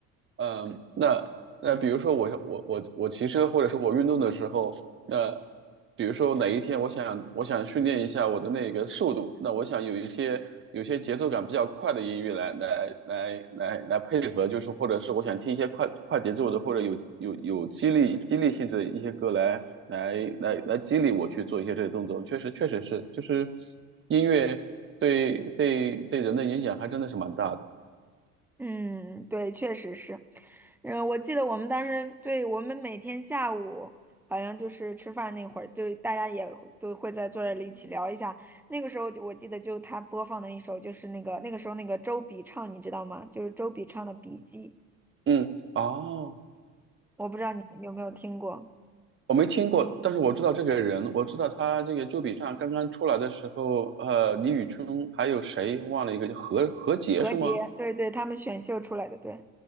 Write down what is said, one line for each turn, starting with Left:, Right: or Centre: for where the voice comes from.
Right: 嗯，那那比如说我我我我骑车或者是我运动的时候，那比如说哪一天我想我想训练一下我的那个速度，那我想有一些有些节奏感比较快的音乐来来来来来配合，就是或者是我想听一些快快节奏的或者有有有激励激励性质的一些歌来来来来激励我去做一些这些动作，确实确实是就是音乐对对对人的影响还真的是蛮大的，
Centre: 嗯，对，确实是。嗯，我记得我们当时对我们每天下午好像就是吃饭那会儿，就大家也会都会在坐这里一起聊一下。那个时候就我记得就他播放的一首就是那个那个时候那个周笔畅，你知道吗？就是周笔畅的《笔记》，
Right: 嗯，哦。
Centre: 我不知道你们有没有听过。
Right: 我没听过，但是我知道这个人，我知道他这个周笔畅刚刚出来的时候，呃，李宇春还有谁忘了一个，叫何何洁是吗？
Centre: 何洁，对对，他们选秀出来的，对